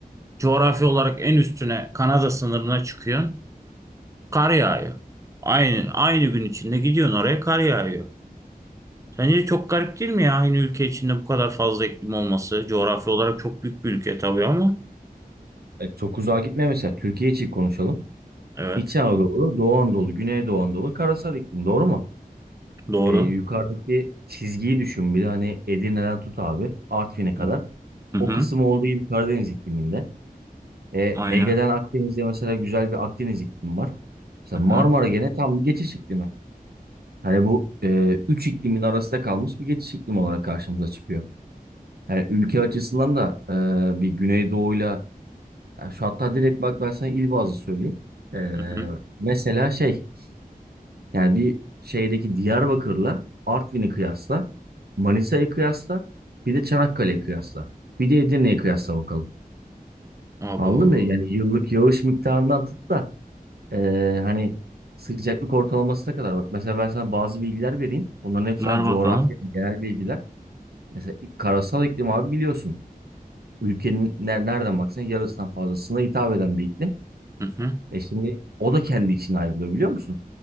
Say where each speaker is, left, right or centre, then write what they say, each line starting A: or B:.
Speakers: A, on the right (about 20°); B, on the right (about 85°).
A: Coğrafi olarak en üstüne Kanada sınırına çıkıyorsun. Kar yağıyor. Aynı aynı gün içinde gidiyorsun oraya kar yağıyor. Sence çok garip değil mi ya aynı ülke içinde bu kadar fazla iklim olması? Coğrafi olarak çok büyük bir ülke tabii ama.
B: E, çok uzağa gitme mesela. Türkiye için konuşalım.
A: Evet,
B: İç Anadolu, Doğu Anadolu, Güneydoğu Anadolu, karasal iklim. Doğru mu?
A: doğru.
B: E, yukarıdaki çizgiyi düşün. Bir de hani Edirne'den tut abi. Artvin'e kadar.
A: Hı hı, hı,
B: O kısım olduğu gibi Karadeniz ikliminde. E,
A: aynen.
B: Ege'den Akdeniz'de mesela güzel bir Akdeniz iklimi var. Mesela
A: Hı
B: Marmara
A: hı,
B: gene tam bir geçiş iklimi. Hani bu e, üç iklimin arasında kalmış bir geçiş iklim olarak karşımıza çıkıyor. Yani ülke açısından da e, bir Güneydoğu'yla yani şu hatta direkt bak ben sana il bazlı söyleyeyim. E,
A: hı hı.
B: mesela şey yani bir şeydeki Diyarbakır'la Artvin'i kıyasla Manisa'yı kıyasla bir de Çanakkale'yi kıyasla bir de Edirne'yi kıyasla bakalım.
A: Abo.
B: Anladın mı? Yani yıllık yağış miktarından tut da e, hani sıcaklık ortalamasına kadar bak. Mesela ben sana bazı bilgiler vereyim. Bunların hepsi
A: Ver
B: sana coğrafya,
A: bakalım.
B: genel bilgiler. Mesela karasal iklim abi biliyorsun. Ülkenin ner- nereden baksan yarısından fazlasına hitap eden bir iklim.
A: Hı hı,
B: E şimdi o da kendi içine ayrılıyor biliyor musun?